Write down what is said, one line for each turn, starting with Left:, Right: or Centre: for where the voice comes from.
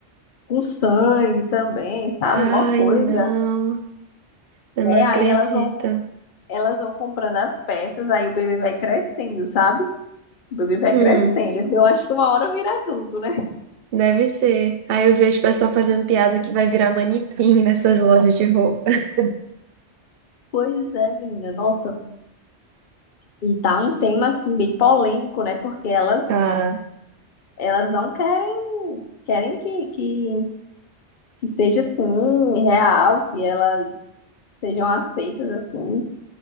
Left: com sangue também, sabe?
Right: Ai,
Left: É Mó coisa.
Right: não. Eu
Left: É,
Right: não acredito.
Left: aí elas vão, elas vão comprando as peças, aí o bebê vai crescendo, sabe? O bebê vai
Right: Hum,
Left: crescendo. Eu acho que uma hora vira adulto, né? <laughs>
Right: deve ser. Aí eu vejo o pessoal fazendo piada que vai virar manequim nessas lojas de roupa. <laughs>
Left: Pois é, menina, nossa. E tá um tema assim bem polêmico, né? Porque elas
Right: Tá.
Left: elas não querem querem que, que que seja assim, real, que elas sejam aceitas assim,